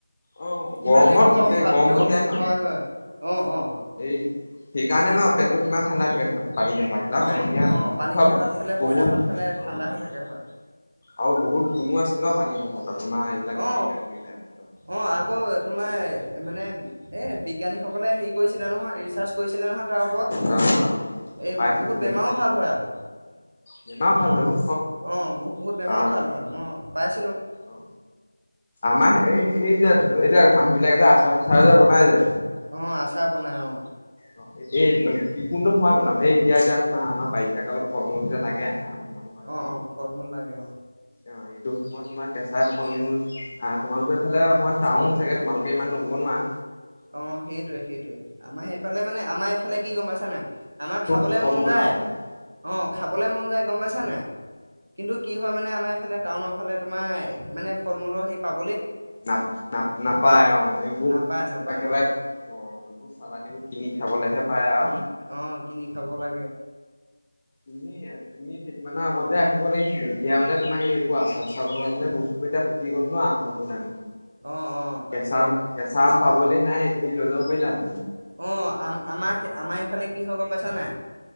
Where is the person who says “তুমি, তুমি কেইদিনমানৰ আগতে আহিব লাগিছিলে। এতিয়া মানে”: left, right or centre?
Left